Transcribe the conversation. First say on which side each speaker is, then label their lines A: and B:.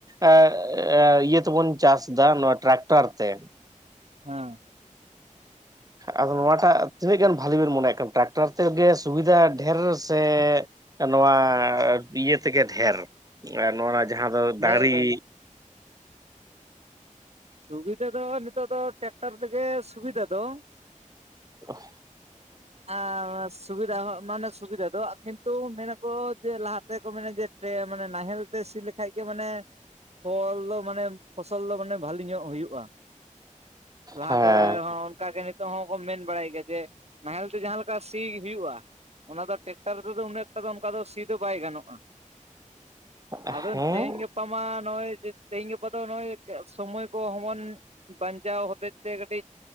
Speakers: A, on the right; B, on the right.
A: ᱮᱻ ᱤᱭᱟᱹ ᱛᱮᱵᱚᱱ ᱪᱟᱥ ᱮᱫᱟ ᱱᱚᱣᱟ ᱴᱨᱟᱠᱴᱚᱨ ᱛᱮ᱾
B: ᱦᱮᱸ
A: ᱟᱫᱚ ᱱᱚᱣᱟᱴᱟᱜ ᱛᱤᱱᱟᱹᱜ ᱜᱟᱱ ᱵᱷᱟᱹᱞᱤ ᱵᱮᱱ ᱢᱚᱱᱮᱭᱮᱫ ᱠᱟᱱ ᱴᱨᱟᱠᱴᱟᱨ ᱛᱮᱜᱮ ᱥᱩᱵᱤᱫᱟ ᱰᱷᱮᱨ ᱥᱮ, ᱱᱚᱣᱟ ᱤᱭᱟᱹ ᱛᱮᱜᱮ ᱰᱷᱮᱨ ᱱᱚᱣᱟ - ᱡᱟᱦᱟᱸ ᱫᱚ
B: ᱧᱮᱞ
A: ᱫᱟᱨᱤ?
B: ᱵᱮᱱ ᱥᱩᱵᱤᱫᱟ ᱫᱚ ᱱᱤᱛᱚᱜ ᱫᱚ ᱴᱨᱟᱠᱴᱟᱨ ᱛᱮᱜᱮ ᱥᱩᱵᱤᱫᱟ ᱫᱚ᱾
A: ᱚ,
B: ᱟᱥ ᱥᱩᱵᱤᱫᱟ ᱢᱟᱱᱮ ᱥᱩᱵᱤᱫᱟ ᱫᱚ ᱟᱨ ᱠᱤᱱᱛᱩ ᱢᱮᱱᱟᱠᱚ ᱡᱮ ᱞᱟᱦᱟ ᱛᱮᱠᱚ ᱢᱮᱱᱟ ᱡᱮ ᱴᱮ ᱢᱟᱱᱮ ᱱᱟᱦᱮᱞ ᱛᱮ ᱥᱤ ᱞᱮᱠᱷᱟ ᱜᱮ ᱢᱟᱱᱮ ᱯᱷᱚᱞ ᱫᱚ ᱢᱟᱱᱮ ᱯᱷᱚᱥᱚᱞ ᱫᱚ ᱢᱟᱱᱮ ᱵᱷᱟᱞᱤ ᱧᱚᱜ ᱦᱩᱭᱩᱜᱼᱟ᱾ ᱞᱟᱦᱟ
A: ᱦᱮᱸ
B: ᱫᱚ ᱦᱚ ᱚᱱᱠᱟᱜᱮ ᱱᱤᱛᱚᱜ ᱦᱚᱸᱠᱚ ᱢᱮᱱ ᱵᱟᱲᱟᱭ ᱜᱮᱭᱟ ᱡᱮ ᱱᱟᱦᱮᱞ ᱛᱮ ᱡᱟᱦᱟᱸ ᱞᱮᱠᱟ ᱥᱤ ᱜᱤ ᱦᱩᱭᱩᱜᱼᱟ᱾ ᱚᱱᱟ ᱫᱚ ᱴᱮᱠᱴᱟᱨ ᱨᱮᱫᱚ ᱩᱱᱟᱹ ᱮᱠᱴᱟ ᱫᱚ ᱚᱱᱠᱟ ᱫᱚ ᱥᱤ ᱫᱚ ᱵᱟᱭ ᱜᱟᱱᱚᱜᱼᱟ᱾
A: ᱦᱮᱸ
B: ᱟᱫᱚ ᱛᱤᱦᱤᱧ <unintelligible> ᱜᱟᱯᱟ ᱢᱟ ᱱᱚᱜᱼᱚᱭ <unintelligible> ᱛᱮᱦᱤᱧ ᱜᱟᱯᱟ ᱫᱚ ᱱᱚᱜᱼᱚᱭ ᱥᱚᱢᱚᱭ ᱠᱚ ᱦᱚᱢᱚᱱ ᱵᱟᱧᱪᱟᱣ ᱦᱚᱛᱮᱡ ᱛᱮ ᱠᱟᱹᱴᱤᱡ